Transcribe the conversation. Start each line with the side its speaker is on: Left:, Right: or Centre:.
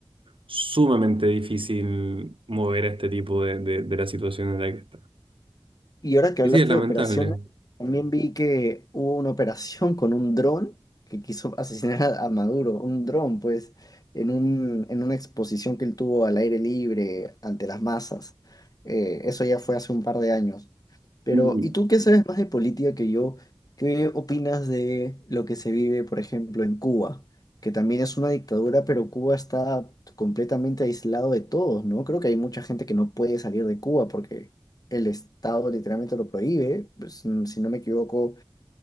Right: sumamente difícil mover a este tipo de, de- de la situación en la que está.
Left: Y ahora que
Right: Y
Left: hablaste
Right: sí, es lamentable.
Left: de operaciones, también vi que hubo una operación con un dron que quiso asesinar a, a Maduro, un dron, pues, en un, en una exposición que él tuvo al aire libre ante las masas. Eh, eso ya fue hace un par de años. Pero,
Right: Y
Left: ¿y tú qué sabes más de política que yo? ¿Qué opinas de lo que se vive, por ejemplo, en Cuba? Que también es una dictadura, pero Cuba está completamente aislado de todos, ¿no? Creo que hay mucha gente que no puede salir de Cuba porque el Estado literalmente lo prohíbe. Pues, mm, si no me equivoco,